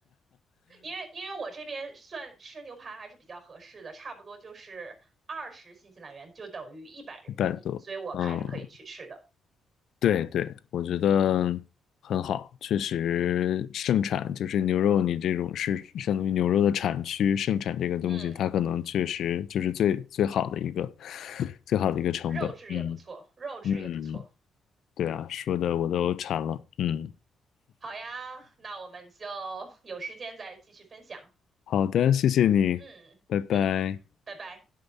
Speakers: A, on the right (about 40°); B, on the left (about 70°).
A: <laughs> 因为因为我这边算吃牛排还是比较合适的，差不多就是二十新西兰元就等于一百人民币，
B: 一百多。
A: 所以我还是可以去吃的。
B: 嗯。对对，我觉得很好，确实盛产就是牛肉，你这种是相当于牛肉的产区盛产这个东西，
A: 嗯，
B: 它可能确实就是最最好的一个最好的一个成本。
A: 肉质也不错，
B: 嗯
A: 肉质也不错。
B: 嗯，对啊，说的我都馋了。嗯，
A: 好呀，那我们就有时间再继续分享。
B: 好的，谢谢你，
A: 嗯嗯，
B: 拜拜。
A: 拜拜。